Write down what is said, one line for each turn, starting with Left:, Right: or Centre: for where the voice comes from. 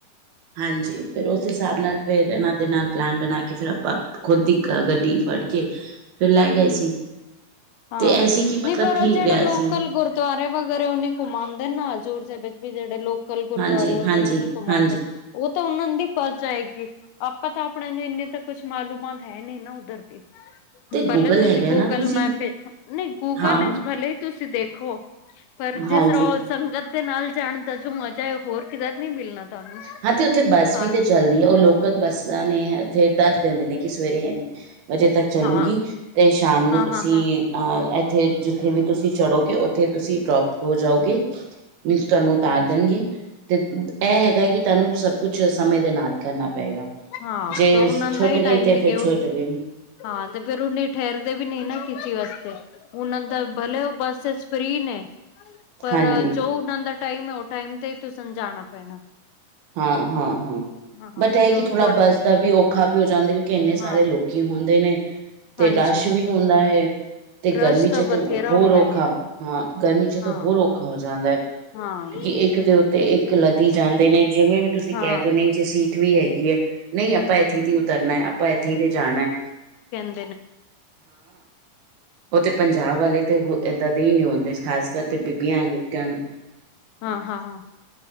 Right: ਹਾਂਜੀ। ਫਿਰ ਉਸ ਹਿਸਾਬ ਨਾਲ ਫੇਰ ਇਹਨਾਂ ਦੇ ਨਾਲ ਪਲੈਨ ਬਣਾ ਕੇ। ਫੇਰ ਆਪਾਂ ਖੁਦ ਦੀ ਕ ਗੱਡੀ ਫੜ ਕੇ ਅ। ਫਿਰ ਲੈ ਗਏ ਸੀ।
Left: ਹਾਂ!
Right: ਤੇ ਐਸੀ ਕਿ ਮਤਲਬ
Left: ਨਹੀਂ ਪਰ
Right: ਠੀਕ
Left: ਉਹ ਜਿਹੜੇ
Right: ਰਿਹਾ
Left: ਲੋਕਲ
Right: ਸੀ
Left: ਗੁਰਦੁਆਰੇ ਵਗੈਰੇ। ਓਹ ਨੀ ਘੁਮਾਦੇ ਨਾ। ਹਜ਼ੂਰ ਸਾਹਿਬ ਜੇ। ਵੀ ਜਿਹੜੇ ਲੋਕਲ ਗੁਰਦੁਆਰੇ
Right: ਹਾਂਜੀ
Left: ਵਗੈਰੇ
Right: ਹਾਂਜੀ
Left: ਉਹ ਨੀ ਘੁਮਾਦੇ।
Right: ਹਾਂਜੀ
Left: ਉਹ ਤਾਂ ਉਹਨਾਂ ਦੀ ਪਚ ਆਏਗੀ। ਆਪਾਂ ਤਾਂ ਆਪਣੇ ਨੂੰ ਇੰਨੇ ਤਾਂ ਕੁਛ ਮਾਲੂਮਾਤ ਹੈ ਨੀ ਨਾ ਉੱਧਰ ਦੀ।
Right: ਤੇ
Left: ਪਹਿਲੇ
Right: ਗੂਗਲ
Left: ਤੁਸੀਂ
Right: ਹੈਗਾ
Left: ਗੂਗਲ
Right: ਨਾ ਤੁਸੀਂ
Left: ਮੈਪ। ਫਿਰ ਹ ਨਹੀਂ ਗੂਗਲ
Right: ਹਾਂ
Left: ਏਜ਼ ਭਲੇ ਹੀ ਤੁਸੀਂ ਦੇਖੋਂ। ਪਰ ਜਿਸ
Right: ਹਾਂਜੀ
Left: ਰੋਜ਼ ਸੰਗਤ ਦੇ ਨਾਲ ਜਾਣ ਦਾ ਜੋ ਮਜ਼ਾ ਐ। ਉਹ ਹੋਰ ਕਿਧਰ ਨੀ ਮਿਲਣਾ। ਤੁਹਾਨੂੰ
Right: ਹਾਂ! ਤੇ ਉੱਥੇ ਬੱਸ
Left: ਹਾਂ
Right: ਵੀ ਤੇ ਚੱਲਦੀ। ਆ। ਉਹ ਲੋਕਲ ਬੱਸਾਂ ਨੇ ਅ ਏਥੇ ਦੱਸ ਦਿੰਦੇ ਨੇ ਕਿ ਸਵੇਰੇ ਏਨ। ਵਜੇ ਤੱਕ ਚੱਲੂਗੀ।
Left: ਹਾਂ ਹਾਂ
Right: ਤੇ ਸ਼ਾਮ ਨੂੰ ਤੁਸੀਂ।
Left: ਹਾਂ ਹਾਂ
Right: ਅ ਇੱਥੇ ਜਿੱਥੇ ਵੀ ਤੁਸੀਂ ਚੜੋਗੇ। ਉੱਥੇ ਤੁਸੀਂ ਡਰੋਪ ਹੋ ਜਾਓਗੇ। ਮਿਸਟਰ ਨੂੰ ਉਤਾਰ
Left: ਹਾਂਜੀ
Right: ਦੇਣਗੇ ਤੇ ਦੇ ਐਹ। ਕੀ ਤੁਹਾਨੂੰ ਸਭ ਕੁਛ ਅ ਸਮੇਂ ਦੇ ਨਾਲ ਕਰਨਾ ਪਏਗਾ।
Left: ਹਾਂ!
Right: ਜੇ
Left: ਤੋਂ ਉਹਨਾਂ ਦਾ
Right: ਛੁੱਟ
Left: ਹੀ
Right: ਗਈ
Left: ਟਾਈਮਿੰਗ
Right: ਤੇ ਫਿਰ ਛੁੱਟ
Left: ਉ
Right: ਗਈ
Left: ਹਾਂ। ਫੇਰ ਉਹਨੇ ਠਹਿਰਦੇ ਵੀ ਨਹੀਂ ਨਾ ਕਿਸੇ ਵਾਸਤੇ। ਉਹਨਾਂ ਦਾ ਭਲੇ ਉਹ ਬੱਸ ਫਰੀ 'ਚ ਨੇ। ਪਰ
Right: ਹਾਂਜੀ
Left: ਅ ਜੋ ਉਹਨਾ ਦਾ ਟਾਈਮ ਹੈ। ਉਹ ਟਾਈਮ ਤੇ ਹੀ ਤੁਸਾਂ ਨੂੰ ਜਾਣਾ ਪੈਣਾ।
Right: ਹਾਂ-ਹਾਂ-ਹਾਂ।
Left: ਹਾਂ
Right: ਬਟ ਐਹ
Left: ਤਾਂ
Right: ਕਿ
Left: ਉਹ
Right: ਥੋੜਾ
Left: ਥੋੜੇ
Right: ਬੱਸ ਤਾਂ ਵੀ ਔਖਾ ਵੀ ਹੋ ਜਾਂਦਾ। ਕਿਉਂਕਿ ਇੰਨੇ ਸਾਰੇ
Left: ਹਾਂ
Right: ਲੋਕੀ ਹੁੰਦੇ ਨੇ। ਤੇ
Left: ਹਾਂਜੀ
Right: ਰਸ਼ ਵੀ ਹੁੰਦਾ ਹੈ। ਤੇ
Left: ਰਸ਼
Right: ਗਰਮੀ
Left: ਤਾਂ
Right: 'ਚ ਤੇ
Left: ਬਥੇਰਾ
Right: ਔ ਹੋਰ
Left: ਹੁੰਦਾ
Right: ਔਖਾ
Left: ਹੈ।
Right: ਹਾਂ। ਗਰਮੀ 'ਚ
Left: ਹਾਂ
Right: ਤਾਂ ਹੋਰ ਔਖਾ ਹੋ ਜਾਂਦਾ ਏ।
Left: ਹਾਂ
Right: ਜੀ। ਇੱਕ ਦੇ ਉੱਤੇ ਇੱਕ ਲੱਧੀ ਜਾਂਦੇ ਨੇ। ਜਿਵੇਂ ਵੀ ਤੁਸੀਂ
Left: ਹਾਂ
Right: ਕਹਿ ਦੋ ਨਹੀਂ। ਜੇ ਸੀਟ ਵੀ ਹੈਗੀ ਐ ਨਹੀਂ। ਆਪਾਂ। ਇੱਥੇ ਤੇ ਉਤਰਨਾ ਐ। ਆਪਾਂ। ਇੱਥੇ ਤੇ ਜਾਣਾ ਐ।
Left: <inaudible> ਹਮ
Right: ਉਹ ਤੇ ਪੰਜਾਬ ਵਾਲੇ ਤੇ ਇੱਦਾਂ ਦੇ ਹੀ ਨਹੀਂ ਆਉਂਦੇ। ਖਾਸ ਕਰ ਤੇ ਬੀਬੀਆਂ ਲੋਕਿਆਂ ਨੂੰ।
Left: ਹਾਂ- ਹਾਂ -ਹਾਂ।